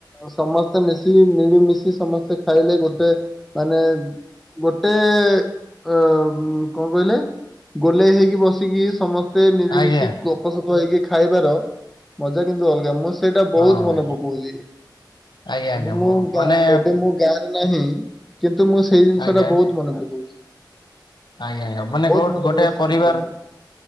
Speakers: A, in the centre; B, on the left.
A: ସମସ୍ତେ ମିଶି ମିଳିମିଶି ସମସ୍ତେ ଖାଇଲେ ଗୋଟେ ମାନେ ଗୋଟେ ଅ କଣ କହିଲେ? ଗୋଲେଇ ହେଇକି ବସିକି ସମସ୍ତ ମତେ ମିଳିମିଶି
B: ଆଜ୍ଞା
A: କପ ସପ ହେଇକି ଖାଇବାର ମଜା କିନ୍ତୁ ଅଲଗା ମୁଁ ସେଇଟା ବହୁତ
B: ହଁ
A: ମନେ
B: ଭାଇ
A: ପକାଉଛି
B: ଆଜ୍ଞା ଆଜ୍ଞା
A: ଏବେ ମୁଁ
B: ମାନେ
A: ଏବେ ମୁଁ ଗ ନାହିଁ କିନ୍ତୁ ମୁଁ ସେଇ ଜିନିଷ
B: ଆଜ୍ଞା
A: ଟା ବହୁତ ମନେ ପକଉଛି।
B: ଆଜ୍ଞା କଣ ମାନେ
A: ବହୁତ ମନେ
B: ଗୋଟେ
A: ପଡେ ସେ
B: ପରିବାର
A: ଜିନିଷ ମୋର।